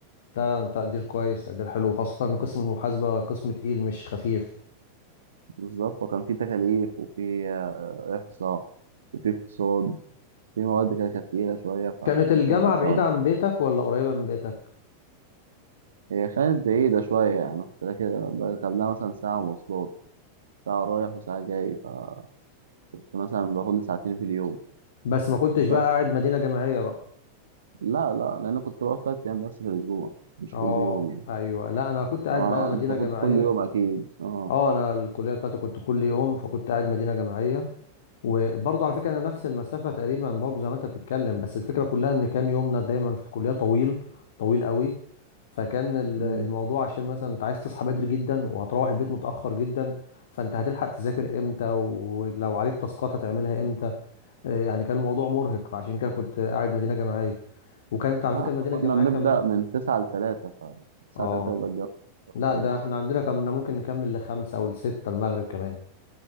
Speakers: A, on the left; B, on the right.
A: لا تقدير كويس تقدير حلو خاصة ان قسم المحاسبة قسم تقيل مش خفيف
B: بالظبط وكان في تكاليف وفي آه، احصاء وفي اقتصاد في مواد كده كانت تقيله شويه فالموضوع
A: كانت الجامعة
B: كان صعب
A: بعيدة عن
B: شويه
A: بيتك ولا قريبة من بيتك
B: هي كانت بعيده شويه يعني أنا كنت راكب قبلها مثلا ساعه مواصلات ساعة رايح وساعة جاي فكنت مثلا باخد لي ساعتين في اليوم
A: بس ما كنتش
B: بس
A: بقى قاعد مدينة جامعية بقى
B: لا لا لأن كنت بروح تلات أيام بس في الأسبوع مش
A: اه
B: كل يوم يعني
A: ايوه لا انا كنت قاعد
B: طبعا
A: بقى مدينة
B: أنت كنت
A: جامعية
B: كل يوم أكيد أه
A: اه انا الكليه بتاعتي كنت كل يوم فكنت قاعد مدينه جامعيه وبرضه على فكره انا نفس المسافه تقريبا برضه زي ما انت بتتكلم بس الفكره كلها ان كان يومنا دايما في الكليه طويل طويل قوي فكان ال-
B: مم.
A: الموضوع عشان مثلا انت عايز تصحى بدري جدا وهتروح البيت متاخر جدا فانت هتلحق تذاكر امتى ولو عليك تاسكات هتعملها امتى آه، يعني كان الموضوع مرهق فعشان كده كنت قاعد مدينه جامعيه وكانت
B: لا
A: على فكره
B: إحنا
A: المدينه
B: كنا
A: الجامعيه
B: بنبدأ
A: كم
B: من تسعة لتلاتة فالساعة
A: اه
B: تلاتة يبقى الجو
A: لا
B: كويس
A: ده احنا عندنا كنا ممكن نكمل لخمسة او لستة المغرب كمان